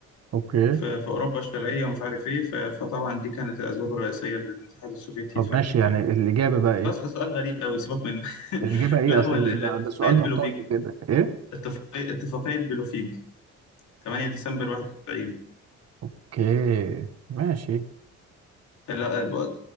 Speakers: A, on the right; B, on the left.
A: اوكي
B: في, في أوروبا الشرقية ومش عارف إيه ف- فطبعا دي كانت الأسباب الرئيسية للاتحاد الاتحاد السوفيتي
A: طب
B: يتفكك
A: ماشي يعني
B: يعني
A: الاجابه بقى ايه
B: بس سؤال غريب أوي سيبك منه
A: الاجابه
B: <laughs>
A: ايه
B: لا
A: اصلا
B: هو ال- ال-
A: ده,
B: اتفاقية
A: ده سؤال
B: بلوفيك
A: مقالي
B: دي
A: كده ايه
B: اتفاقية اتفاقية بلوفيك 8 ديسمبر 91
A: اوكي ماشي
B: ثلاث